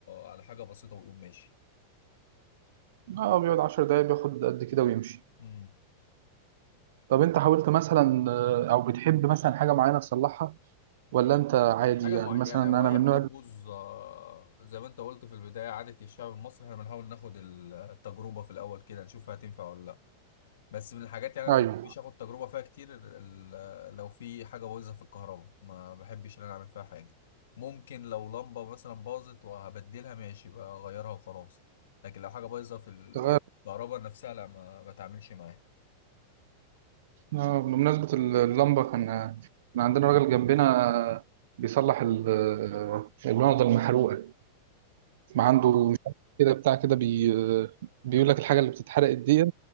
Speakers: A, on the left; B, on the right.
A: على حاجه بسيطه ويقوم ماشي
B: آه بيقعد 10 دقايق بياخد قد كده ويمشي
A: امم
B: طب انت حاولت مثلا آه، او بتحب مثلا حاجه معينه تصلحها ولا انت عادي
A: مش حاجه
B: يعني
A: معينه
B: مثلا انا
A: واي
B: من النوع
A: حاجه
B: اللي-
A: تبوظ آه، زي ما انت قلت في البدايه عاده الشعب المصري احنا بنحاول ناخد ال- التجربه في الاول كده نشوف هتنفع ولا لا بس من الحاجات يعني ما
B: ايوه
A: بحبش اخد تجربه فيها كتير ال- ال- لو في حاجه بايظه في الكهرباء ما بحبش ان انا اعمل فيها حاجه ممكن لو لمبه مثلا باظت وهبدلها ماشي بقى اغيرها وخلاص لكن لو حاجه بايظه في
B: تغير
A: الكهرباء نفسها لا ما بتعاملش معاها
B: آه، بمناسبه اللمبه كان كان عندنا راجل جنبنا بيصلح ال- آه، الونضه المحروقه ما عنده مش عارف كده بتاع كده بي آه، بيقول لك الحاجه اللي بتتحرق دي